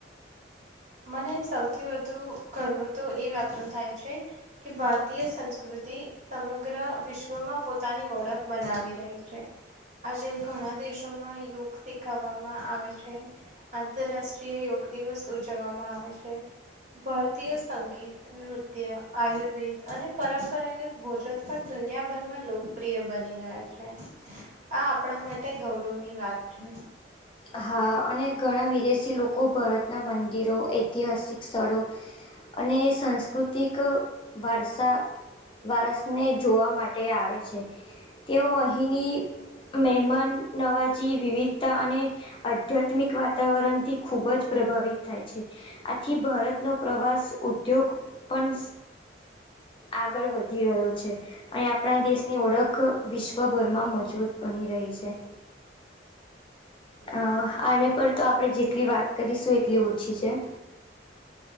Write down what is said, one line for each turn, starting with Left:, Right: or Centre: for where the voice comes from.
Right: મને સૌથી વધુ ગર્વ તો એ વાતનો થાય છે કે ભારતીય સંસ્કૃતિ સમગ્ર વિશ્વમાં પોતાની ઓળખ બનાવી રહી છે. આજે ઘણા દેશોમાં યોગ શીખાવવામાં આવે છે આંતરરાષ્ટ્રીય યોગ દિવસ ઉજવવામાં આવે છે. ભરતીય સંગીત, નૃત્ય, આયુર્વેદ અને પરંપરાગત ભોજન પણ દુનિયાભરમાં લોકપ્રિય બની રહ્યા છે. આ આપણા માટે ગૌરવની વાત છે.
Left: હા. અને ઘણા વિદેશી લોકો ભારતના મંદિરો, ઐતિહાસિક સ્થળો અને સાંસ્કૃતિક વારસા વારસને જોવા માટે આવે છે. તેઓ અહીંની મહેમાન નવાજી વિવિધતા અને આધ્યાત્મિક વાતાવરણ થી ખુબ જ પ્રભાવિત થાય છે. આથી ભારતનો પ્રવાસ ઉદ્યોગ પન આગળ વધી રહ્યો છે. અહીં આપણા દેશની ઓળખ વિશ્વભરમાં મજબૂત બની રહી છે. અહ આને પર તો આપણે જેટલી વાત કરીશું એટલી ઓછી છે.